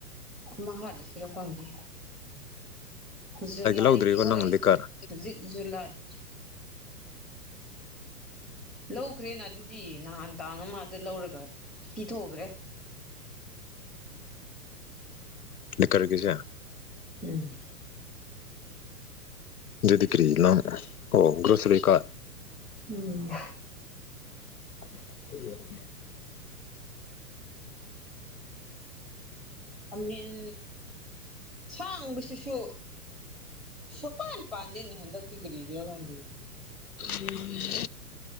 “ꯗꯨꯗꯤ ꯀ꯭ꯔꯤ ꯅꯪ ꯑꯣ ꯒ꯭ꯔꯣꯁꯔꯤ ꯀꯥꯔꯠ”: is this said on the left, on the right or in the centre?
Left